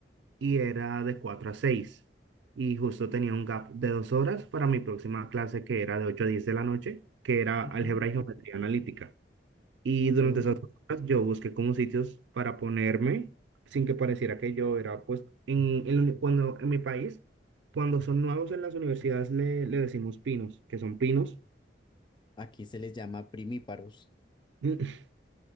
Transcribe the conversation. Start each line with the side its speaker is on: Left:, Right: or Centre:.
Right: y era de 4 a 6 y justo tenía un gap de dos horas para mi próxima clase que era de 8 a 10 de la noche, que era
Left: Ujú,
Right: álgebra y geometría analítica. Y
Left: Ok,
Right: durante esas horas yo busqué como sitios para ponerme sin que pareciera que yo era, pues, en, en la uni- cuando en mi país, cuando son nuevos en las universidades le, le decimos pinos, que son pinos.
Left: Aquí se les llama primíparos.
Right: <laughs>